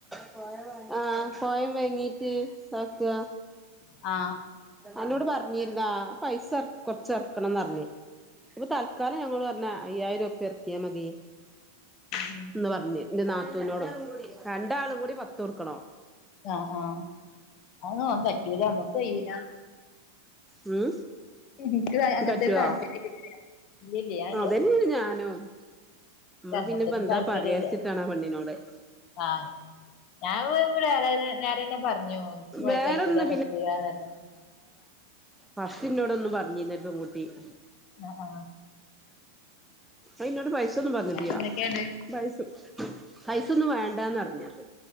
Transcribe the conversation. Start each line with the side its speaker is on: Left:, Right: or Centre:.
Centre: പോയോന്ന് പറഞ്ഞു ആ പോയമ്മേ എണിറ്റ്‌ നോക്ക്‌വാ
Left: ആ
Centre: അന്നോട് പറഞ്ഞിരുന്നോ ആ പൈസ കൊറച്ച ഇറക്കണന്ന് പറഞ്ഞ് ഇപ്പൊ തൽക്കാലം ഞങ്ങോട് പറഞ്ഞ അയ്യായിരം റുപ്പിയ ഇറക്കിയാ മതി
Left: ഉം
Centre: യെന്ന് പറഞ്ഞ് എന്റെ നാത്തൂവിനോടും രണ്ടാളും കൂടി പത്ത് കൊട്ക്കണോ
Left: ആ ആ അതൊന്നും പറ്റൂല നമ്മുക്ക് കഴൂലാ
Centre: ഉം
Left: എനിക്ക് അങ്ങനത്തെന്
Centre: പറ്റുവോ
Left: താൽപര്യംഒന്നുംയില്ല ഇല്ല്യ ഇല്ല്യ ഞാൻ ഇല്ല്യ
Centre: അതന്നെയാണ് ഞാനും നമ്മള്
Left: രണ്ട
Centre: പിന്നെപ്പോ
Left: <unintelligible> ത്തിനും
Centre: എന്താ
Left: താല്പര്യല്ല
Centre: പറയാച്ചിട്ടാണ് ആ പെണ്ണിനോട്
Left: ആ ഞാൻ ഇ <unintelligible> നേരന്നെ നേരന്നെ പറഞ്ഞോ ഉം
Centre: വേറൊന്ന്
Left: എൻക് കയ്യൂലാ പറ്റൂലാന്ന് പറ
Centre: ഹസ്സ് എന്നോട് ഒന്നും പറഞ്ഞില്ലല്ലോ <unintelligible> <unintelligible>
Left: ആഹ് ആഹ്
Centre: ഉംഅ ഇോട് പൈസ പറഞ്ഞിട്ടിയാ
Left: വേറെന്തൊക്കെയുണ്ട്
Centre: പൈസ പൈസൊന്നും വേണ്ടന്ന്റിഞ്ഞത്